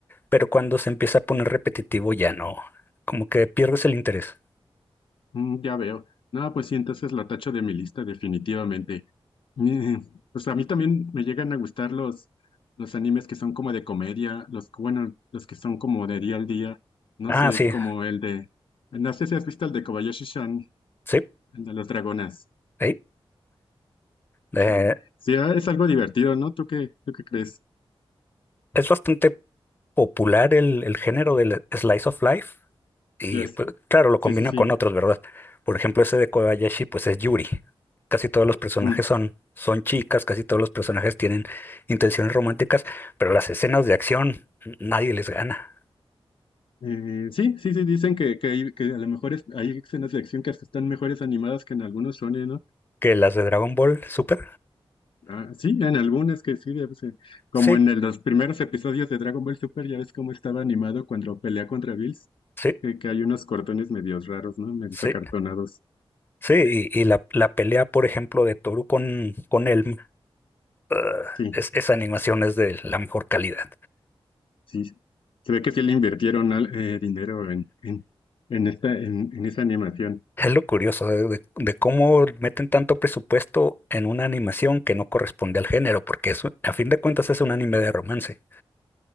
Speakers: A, on the left; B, on the left.
A: pero cuando se empieza a poner repetitivo ya no, como que pierdes el interés.
B: Mm, ya veo. No, pues sí, entonces lo tacho de mi lista definitivamente. Mm, <laughs> Pues a mí también me llegan a gustar los, los animes que son como de comedia, los, que- bueno, los que son como de día al día. No
A: Ah,
B: sé,
A: sí,
B: como el de, no sé si has visto el de Kobayashi-san,
A: Sí,
B: el de las dragonas.
A: ahí. Eh,
B: <laughs> Sí, ah, es algo divertido, ¿no? ¿Tú qué, tú qué crees?
A: es bastante popular el, el género del slice of life y
B: Yes.
A: pues, claro, lo
B: Sí,
A: combina
B: sí, sí.
A: con otros, ¿verdad? Por ejemplo, ese de Kobayashi, pues es Yuri. Casi todos los personajes
B: Mm.
A: son, son chicas, casi todos los personajes tienen intenciones románticas, pero las escenas de acción nadie les gana.
B: Eh, sí, sí, sí, dicen que, que, hay- que a lo mejor es- hay escenas de acción que hasta están mejores animadas que en algunos shonen, ¿no?
A: Que las de Dragon Ball Super,
B: Ah, sí, en algunas que sí, debe ser. Como
A: sí,
B: en el- los primeros episodios de Dragon Ball Super, ya ves cómo estaba animado cuando pelea contra Bills,
A: sí,
B: que, que hay unos cortones medios raros, ¿no? Medios
A: sí,
B: acartonados.
A: sí. Y, y la, la pelea, por ejemplo, de Toru con, con Elm, ah,
B: Sí,
A: es, esa animación es de la mejor calidad.
B: sí. sí. Se ve que sí le invirtieron al- eh, dinero en, en, en esta, en, en esa animación.
A: Es lo curioso de, de- de cómo meten tanto presupuesto en una animación que no corresponde al género, porque es, a fin de cuentas es un anime de romance.